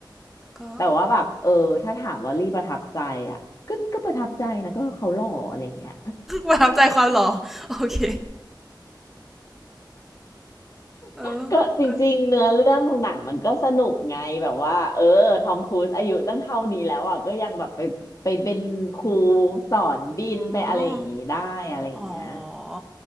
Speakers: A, in the centre; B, on the left.
A: ก็
B: แต่ว่าแบบเออถ้าถามว่าลี่ประทับใจอ่ะก็ก็ประทับใจนะก็เขาหล่ออะไรอย่างเงี้ย
A: ประทับใจความหล่อโอเค เออ
B: <laughs> ก็จริงๆเนื้อเรื่องของหนังมันก็สนุกไงแบบว่าเออทอมครูซอายุตั้งเท่านี้แล้วอ่ะก็ยังแบบไปไปเป็นครู
A: ก็
B: สอนบินไปอะไรอย่างงี้ได้อะไรอย่างเงี้ย
A: อืมอ๋อ